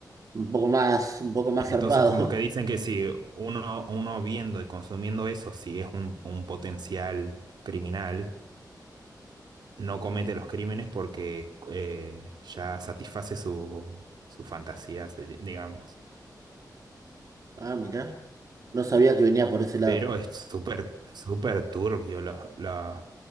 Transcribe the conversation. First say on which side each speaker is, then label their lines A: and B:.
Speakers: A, on the right; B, on the right.
A: un poco más, un poco
B: <laughs>
A: más
B: Entonces,
A: zarpado.
B: como que dicen
A: <laughs>
B: que si uno, uno viendo y consumiendo eso, si es un, un potencial criminal, no comete los crímenes porque eh, ya satisface su, sus fantasías, di- digamos.
A: Ah, mirá. No sabía que venía por ese lado.
B: Pero es súper, súper turbio los, los